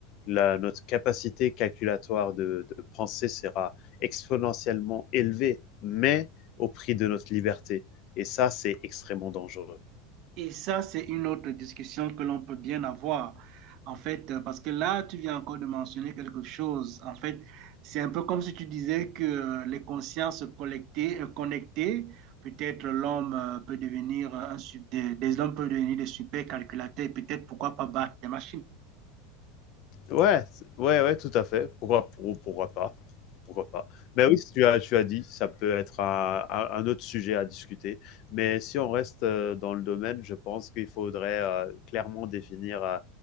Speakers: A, on the left; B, on the right.
A: La, notre capacité calculatoire de, de penser sera exponentiellement élevée, mais au prix de notre liberté. Et ça, c'est extrêmement dangereux.
B: Et ça, c'est une autre discussion que l'on peut bien avoir. En fait, euh, parce que là, tu viens encore de mentionner quelque chose. En fait, c'est un peu comme si tu disais que euh, les consciences collectées, euh, connectées, peut-être l'homme euh, peut devenir euh, un sub- des, des hommes peuvent devenir des super calculateurs et peut-être pourquoi pas battre des machines.
A: Ouais, c'est- ouais, ouais, tout à fait. Pourquoi, pour- pourquoi pas? Pourquoi pas? Mais oui, tu as, tu as dit, ça peut être un, un- un autre sujet à discuter. Mais si on reste euh, dans le domaine, je pense qu'il faudrait euh, clairement définir euh,